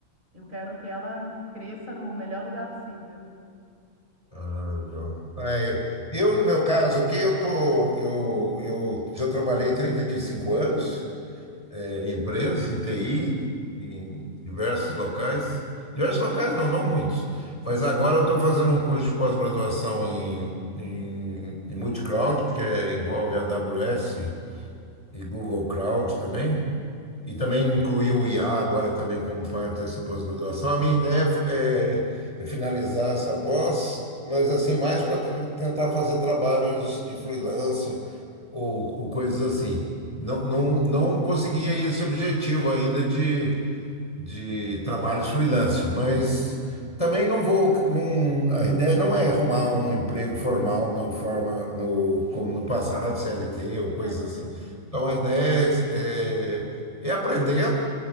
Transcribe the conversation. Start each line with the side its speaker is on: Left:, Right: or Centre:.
Right: eu quero que ela cresça no melhor lugar possível.
Left: Ah, legal. Ah, é. eu, no meu caso aqui, eu tô, eu, eu já trabalhei 35 anos, é, em empresas, em TI, em diversos locais. Diversos locais não, não muitos. Mas agora eu estou fazendo um curso de pós-graduação em, em, em multicloud, que é- envolve AWS e Google Cloud também. E também incluiu o IA agora também como parte dessa pós-graduação. A minha ideia é, é finalizar essa pós, mas assim, mais para tentar fazer trabalhos de freelancer ou, ou coisas assim. Não, não, não consegui aí esse objetivo ainda de de trabalhos freelancer, mas também não vou, não, a ideia não é arrumar um emprego formal no forma no como no passado, CLT ou coisas
Right: CLT,
Left: assim.
Right: né?
Left: Então a ideia é, é, é aprender,